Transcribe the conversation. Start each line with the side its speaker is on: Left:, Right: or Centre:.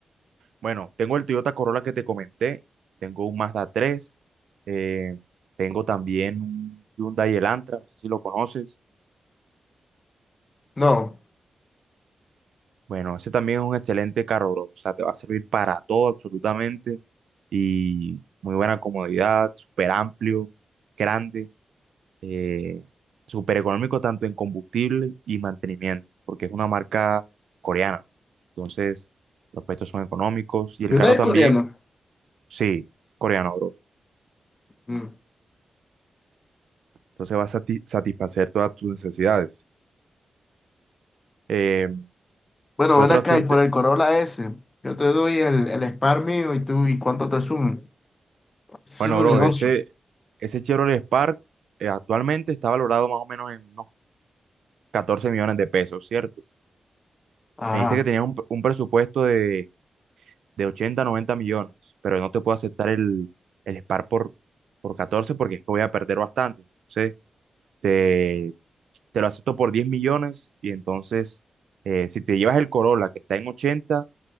Right: Bueno, tengo el Toyota Corolla que te comenté, tengo un Mazda 3, eh, tengo también un Hyundai Elantra, no sé si lo conoces.
Left: No,
Right: Bueno, ese también es un excelente carro, bro. O sea, te va a servir para todo absolutamente. Y muy buena comodidad, súper amplio, grande, eh, súper económico tanto en combustible y mantenimiento, porque es una marca coreana. Entonces, los precios son económicos y el
Left: yo
Right: carro
Left: de
Right: también,
Left: coreano.
Right: sí, coreano, bro.
Left: Mm.
Right: Entonces va a sati- satisfacer todas tus necesidades. Eh,
Left: Bueno,
Right: ¿qué
Left: ven
Right: otra
Left: acá
Right: opción
Left: y por
Right: te...
Left: el Corolla S, yo te doy el, el Spark mío y tú, ¿y cuánto te sumo? Es
Right: Bueno,
Left: un
Right: bro,
Left: negocio.
Right: ese, ese Chevrolet Spark eh, actualmente está valorado más o menos en unos 14 millones de pesos, ¿cierto?
Left: Ajá,
Right: Me dijiste que tenías un, un presupuesto de, de 80 90 millones, pero no te puedo aceptar el, el SPAR por, por 14 porque es que voy a perder bastante. Entonces, te, te lo acepto por 10 millones y entonces, eh, si te llevas el Corolla que está en 80